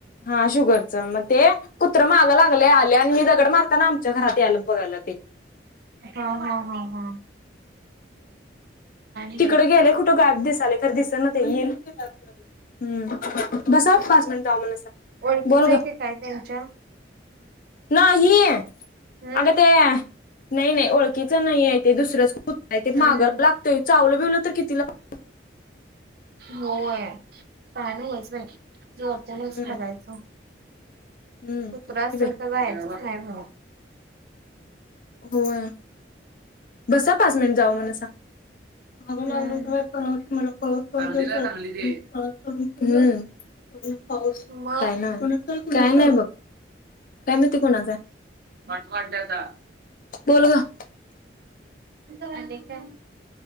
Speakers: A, on the left; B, on the right.
A: हा शुगरच मग, ते कुत्र माग लागले आले आणि मी दगड मार म्हणताना आमच्या घरात आलंय बघालं ते.
B: हां हां हां हां.. नव्ह
A: तिकड गेले कुठं गायब दिसाले, खर दिसना ते येईल. हम्म. बस आ पाच मिनिट जावा म्हणसा.
B: ओळखीचं
A: बोल
B: आहे
A: ग
B: का, काय तेच्या.
A: नाही आगं
B: हम्म
A: ते. नाही नाहीओळखीच नाही आहे ते दुसरंच कूत्र आहे ते
B: हम्म
A: मागा
B: हम्म
A: लागतं चावलं बिवलं तर किती लाग
B: होय. काय नव्हच बाई <unintelligible>
A: हम्म
B: बघायचं.
A: हम्म
B: कुत्र
A: तेच
B: असलं,
A: की बाई
B: तर जायचं नाही म्हणून.
A: होय. बसा पाच मिनिटं, जावं म्हण सां. मागं
B: हम्म
A: लागल होत परवा
B: सांगलीला
A: दिवशी
B: आहे सांगली ते
A: मला <unintelligible> हम्म.
B: मग
A: काय नाही काय नाही बघ, काय माहिती कोणाचाय.
B: बंद पडलय आता.
A: बोलग
B: आणि काय.